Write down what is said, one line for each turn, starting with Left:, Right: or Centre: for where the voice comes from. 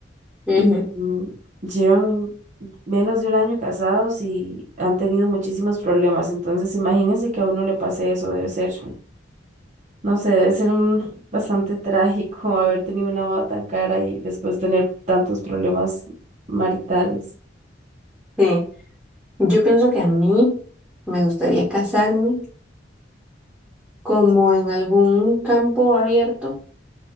Centre: Ujú.
Right: y mm, llevan menos de un año casados y han tenido muchísimos problemas. Entonces, imagínense que a uno le pase eso, debe ser, no sé, debe ser un bastante trágico <laughs> haber tenido una boda tan cara y después tener tantos problemas maritales.
Centre: Sí, yo pienso que a mí me gustaría casarme como en algún campo abierto,